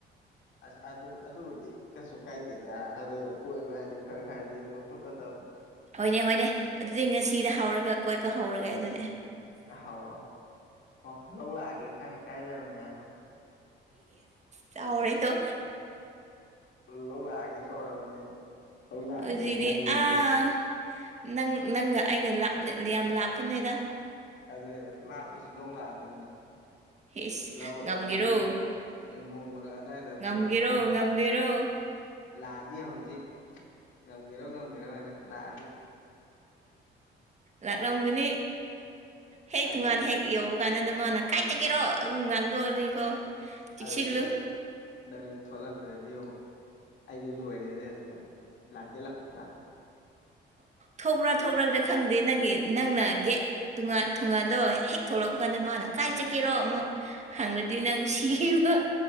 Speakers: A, on the left; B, on the right.
A: ꯑꯁ ꯑꯗꯨ ꯑꯗꯨꯕꯨꯗꯤ ꯀꯩꯁꯨ ꯀꯥꯏꯗꯦꯗ ꯑꯗꯨ ꯀꯣꯏꯕ ꯍꯥꯏꯗꯤ ꯈꯔ ꯈꯔꯗꯤ ꯆꯊꯣꯛꯀꯗꯕꯅꯤ
B: ꯍꯣꯏꯅꯦ ꯍꯣꯏꯅꯦ ꯑꯗꯨꯗꯤ ꯉꯁꯤꯗ ꯍꯧꯔꯒ ꯀꯣꯏꯄ ꯍꯧꯔꯒꯦ ꯑꯗꯨꯗꯤ
A: ꯍꯧꯥꯎꯔꯣꯑꯣ ꯑꯣ ꯂꯧ ꯂꯥꯛꯑꯒꯦ ꯀꯥꯏ ꯀꯥꯏ ꯂꯩꯔꯝꯒꯦ ꯍꯥꯏꯅꯣ
B: ꯆꯥꯎꯥꯎꯔ ꯑꯩꯇꯣ
A: ꯂꯧ ꯂꯥꯛꯑꯒꯦ ꯇꯧꯔꯕꯅꯦ ꯑꯩꯗꯤ ꯂꯧ ꯂꯥꯛꯑꯒꯦ
B: ꯍꯧꯖꯤꯛꯇꯤ
A: ꯀꯥꯏ ꯂꯩꯔꯣ
B: ꯑꯥ ꯅꯪ ꯅꯪꯒ ꯑꯩꯒ ꯂꯥꯞꯠꯂꯤ ꯌꯥꯝ ꯂꯥꯞꯄꯅꯤꯅ
A: ꯑꯗꯨ ꯂꯥꯞꯄꯁꯨ ꯂꯧ ꯂꯥꯛꯑꯗꯕꯅꯤ
B: ꯏꯁ
A: ꯂꯧꯨ
B: ꯉꯝꯒꯦꯔꯣ
A: ꯅꯨ <unintelligible> ꯑꯩ ꯅꯣꯡꯃꯗꯛ ꯑꯗꯥꯏꯗ
B: ꯉꯝꯒꯦꯔꯣ
A: ꯀꯣꯏꯕ ꯆꯠꯂꯗ
B: ꯉꯝꯒꯦꯔꯣ
A: ꯂꯥꯛꯑꯗꯤ ꯍꯧꯖꯤꯛ ꯉꯝꯒꯦꯔꯣ ꯉꯝꯒꯦꯔꯣ ꯍꯥꯏꯅ ꯂꯥꯛꯑꯗꯤ
B: ꯂꯥꯛꯂꯝꯒꯅꯤ ꯍꯦꯛ
A: ꯑꯗꯨ
B: ꯇꯣꯉꯥꯟ ꯍꯦꯛ ꯌꯧ ꯀꯥꯟꯅꯗ ꯃꯥꯅ ꯀꯥꯏꯆꯒꯦꯔꯣ ꯑꯗꯨꯝ ꯉꯥꯡꯗꯣꯛꯑꯅꯤꯀꯣ ꯆꯦꯛꯁꯤꯜꯂꯨ
A: ꯑꯗ ꯅꯪ ꯗ ꯊꯣꯛꯂꯛꯇ꯭ꯔꯗꯤ ꯑꯃꯨꯛ ꯑꯩꯗꯤ ꯂꯣꯏꯔꯦꯅꯦ ꯂꯥꯛꯀꯦ ꯂꯥꯛ꯭ꯔ
B: ꯊꯣꯛꯄ꯭ꯔꯥ ꯊꯣꯛꯈ꯭ꯔꯥꯒ꯭ꯔꯥ ꯈꯪꯗꯦ ꯅꯪꯒꯤ ꯅꯪꯅꯒꯤ ꯇꯣꯥꯟ ꯊꯣꯒꯥꯟꯗꯣ ꯍꯦꯛ ꯊꯣꯛꯂꯛꯄ ꯀꯥꯟꯗ ꯃꯥꯅ ꯀꯥꯏ ꯆꯒꯦꯔꯣ ꯑꯃꯨꯛ ꯍꯪꯅꯗꯤ ꯅꯪ ꯁꯤꯕ